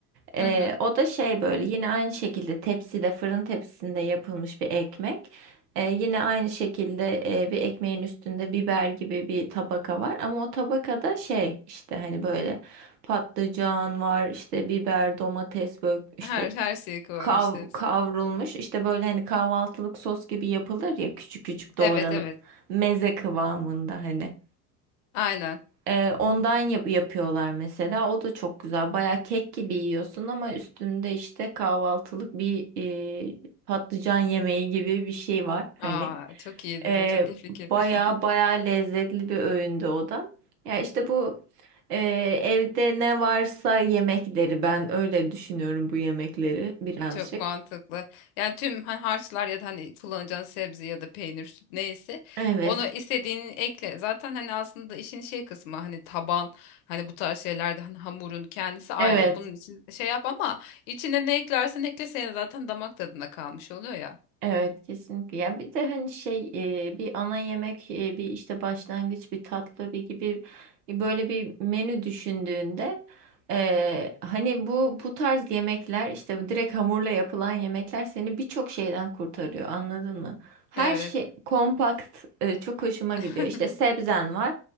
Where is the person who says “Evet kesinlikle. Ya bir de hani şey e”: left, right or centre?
Right